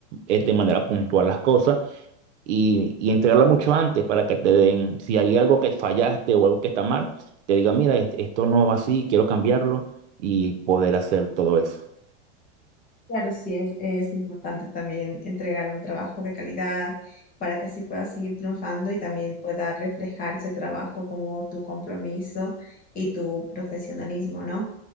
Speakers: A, on the right (about 75°); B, on the left (about 25°).
A: eh, de manera puntual las cosas y, y entregarla mucho antes para que te den, si hay algo que fallaste o algo que está mal, te diga, mira, es- esto no va así, quiero cambiarlo y poder hacer todo eso.
B: Claro, sí, es, es importante también entregar un trabajo de calidad para que así puedas seguir triunfando y también pueda reflejar ese trabajo como tu compromiso y tu profesionalismo, ¿no?